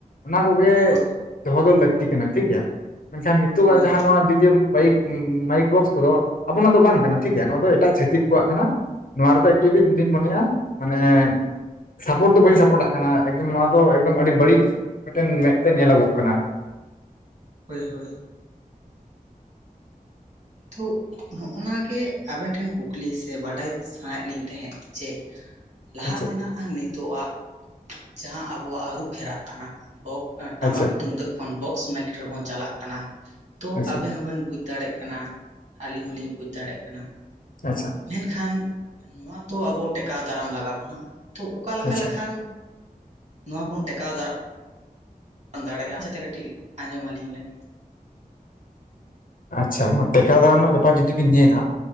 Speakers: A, on the left; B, on the right.
A: ᱚᱱᱟ ᱠᱚᱜᱮ
B: ᱦᱳᱭ
A: ᱫᱚᱦᱚ ᱫᱚ ᱞᱟᱹᱠᱛᱤ ᱠᱟᱱᱟ ᱴᱷᱤᱠ ᱜᱮᱭᱟ ᱢᱮᱱᱠᱷᱟᱱ ᱱᱤᱛᱚᱜ
B: ᱦᱳᱭ
A: ᱟᱜ ᱡᱟᱦᱟᱸ ᱱᱚᱣᱟ ᱰᱤᱡᱮ ᱵᱟᱭᱤᱠ ᱢᱟᱭᱤᱠ ᱵᱚᱠᱥ ᱠᱚᱫᱚ ᱟᱵᱚᱱᱟᱜ ᱫᱚ ᱵᱟᱝ ᱠᱟᱱᱟ ᱴᱷᱤᱠ ᱜᱮᱭᱟ ᱱᱚᱣᱟ ᱫᱚ ᱮᱴᱟᱜ ᱪᱷᱟᱹᱛᱤᱠ ᱠᱚᱣᱟᱜ ᱠᱟᱱᱟ ᱱᱚᱣᱟ ᱨᱮᱫᱚ ᱮᱠᱪᱩᱭᱮᱞᱤ ᱤᱧ ᱫᱩᱧ ᱢᱚᱱᱮᱭᱟ ᱢᱟᱱᱮ ᱥᱟᱯᱚᱨᱴ ᱫᱚ ᱵᱟᱹᱧ ᱥᱟᱯᱚᱨᱴᱟᱜ ᱠᱟᱱᱟ ᱠᱟᱱᱟ ᱮᱠᱫᱚᱢ ᱱᱚᱣᱟ ᱫᱚ ᱮᱠᱫᱚᱢ ᱟᱹᱰᱤ ᱵᱟᱹᱲᱤᱡ ᱢᱤᱫᱴᱮᱱ ᱢᱮᱫ ᱛᱮ ᱧᱮᱞᱚᱜᱚᱜ ᱠᱟᱱᱟ
B: ᱦᱳᱭ ᱦᱳᱭ ᱛᱚ ᱱᱚᱜᱼᱱᱟ ᱜᱮ ᱟᱵᱮᱱ ᱴᱷᱮᱱ ᱠᱩᱠᱞᱤ ᱥᱮ ᱵᱟᱰᱟᱭ ᱥᱟᱱᱟᱭᱮᱫ ᱞᱤᱧ ᱛᱟᱦᱮᱸᱫ ᱡᱮ ᱞᱟᱦᱟ
A: ᱟᱪᱪᱷᱟ
B: ᱛᱮᱱᱟᱜ ᱟᱨ ᱱᱤᱛᱳᱜ ᱟᱜ ᱡᱟᱦᱟᱸ ᱟᱵᱚᱣᱟᱜ ᱟᱹᱨᱩ ᱯᱷᱮᱨᱟᱜ ᱠᱟᱱᱟ ᱴᱟᱢᱟᱠ
A: ᱟᱪᱪᱷᱟ
B: ᱛᱩᱢᱫᱟᱜ ᱠᱷᱚᱱ ᱵᱚᱠᱥ ᱢᱮᱭᱤᱠ ᱨᱮᱵᱚᱱ ᱪᱟᱞᱟᱜ ᱠᱟᱱᱟ ᱛᱚ
A: ᱟᱪᱪᱷᱟ
B: ᱟᱵᱮᱱ ᱦᱚᱸ ᱵᱮᱱ ᱵᱩᱡᱽ ᱫᱟᱲᱮᱜ ᱠᱟᱱᱟ ᱟᱹᱞᱤᱧ ᱦᱚᱞᱤᱧ ᱵᱩᱡᱽ ᱫᱟᱲᱮᱜ ᱠᱟᱱᱟ
A: ᱟᱪᱪᱷᱟ
B: ᱢᱮᱱ ᱠᱷᱟᱱ ᱱᱚᱣᱟ ᱛᱚ ᱟᱵᱚ ᱴᱮᱠᱟᱣ ᱫᱟᱨᱟᱢ ᱞᱟᱜᱟᱣ ᱵᱚᱱᱟ ᱛᱚ ᱚᱠᱟ ᱞᱮᱠᱟ
A: ᱟᱪᱪᱷᱟ
B: ᱞᱮᱠᱷᱟᱱ ᱱᱚᱣᱟ ᱵᱚᱱ ᱴᱮᱠᱟᱣ ᱫᱟᱨᱟᱢ ᱫᱟᱲᱮᱭᱟᱜᱼᱟ ᱟᱪᱪᱷᱟ ᱛᱮ ᱠᱟᱹᱴᱤᱡ ᱟᱸᱡᱚᱢ ᱟᱹᱞᱤᱧ ᱵᱮᱱ
A: ᱟᱪᱪᱷᱟ ᱱᱚᱣᱟ ᱴᱮᱠᱟᱣ ᱫᱟᱨᱟᱢ ᱨᱮᱱᱟᱜ ᱵᱮᱯᱟᱨ ᱡᱩᱫᱤ ᱵᱮᱱ ᱧᱮᱞᱟ